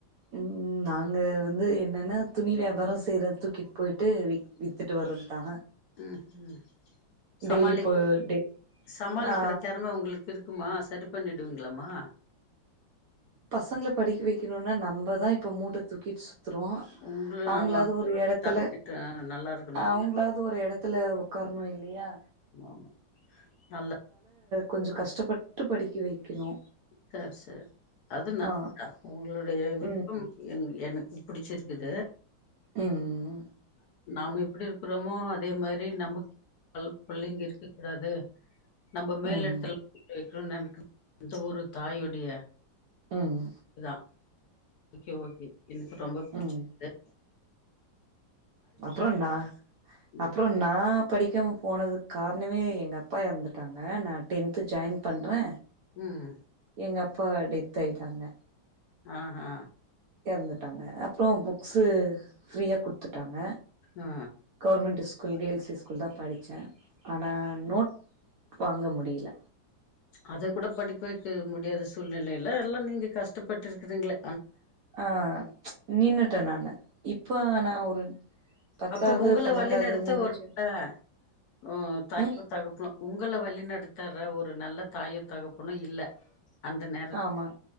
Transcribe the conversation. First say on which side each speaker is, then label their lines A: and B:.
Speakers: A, on the right; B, on the left.
A: ம் நாங்க வந்து என்னன்னா துணி வியாபாரோ செய்யற தூக்கிட் போயிட்டு வி் வித்துட்டு வர்றதுதா.
B: ம் ஹும் சமாளி
A: டெய்லி போ டெ
B: சமாளிக்கிற
A: ஆ
B: தெறம உங்களுக்கு இருக்குமா? சரி பண்ணிடுவீங்களாமா?
A: பசங்கள படிக்க வைக்கணுன்னா நம்பதா இப்ப மூட்ட தூக்கிட்டு சு த்துறோ
B: உங்களு
A: அவங்களாவது
B: ஆமா
A: ஒரு எடத்துல
B: டார்கெட் நல்லா இருக்கணு
A: அவங்களாவது ஒரு எடத்துல உக்கார்ணு இல்லியா
B: ஆமா நல்ல
A: கொஞ்ச கஷ்டப்பட்டு படிக்க வைக்கணு
B: சேரி சேரி அது <inaudible>
A: ஆ
B: உங்களுடைய விருப்பம்
A: ம்
B: எ எனக்கு பிடிச்சிருக்குது
A: ம்
B: நாம எப்டி இருக்குறோமோ அதே மாரி நமக்கு <inaudible> பிள்ளைங்க இருக்கக் கூடாது நம்ப மேல
A: ம்
B: எடத்துல <inaudible> விட்றனுனு நெனைக்கிற அந்த ஒரு தாயுடைய
A: ம்
B: தா ஓகே ஓகே எனக்கு ரொம்ப புடிச்சிருக்குது.
A: ம் அப்றோ நா
B: ம்
A: அப்றோ நா படிக்காம போனதுக்கு காரணமே எங்க அப்பா எறந்துட்டாங்க நான் டென்த்து ஜாயின் பண்றே
B: ம்
A: எங்க அப்பா டெத் ஆயிட்டாங்க.
B: ஆ ஹா
A: எறந்துட்டாங்க அப்றோ புக்ஸு ஃப்ரீயா குடுத்து ட்டாங்க
B: ஆ
A: கவர்மெண்ட்டு ஸ் கூல் கேர்ள்ஸ் ஹைஸ்கூல்தா படிச்சே ஆனா நோட் வாங்க முடியல
B: அது கூட படிக்க வைக்க மு டியாத சூழ்நிலைல எல்லா நீங்க கஷ்டப்பட்ருக்கிறீங்ளே
A: ஆ நின்னுட்ட நானு இப் ப நா ஒரு பத்தாவது
B: அப்போ உங்கள
A: பன்னெண்டாவது
B: வழிநடத்த
A: முடிச்சு
B: ஒரு <inaudible> ஆ தாயோ
A: ம்
B: தகப்ப உங்கள வழி நடத்த ல ஒரு நல்ல தாயோ தகப்புன்னும் இல்ல அந்த நேரத்
A: ஆமா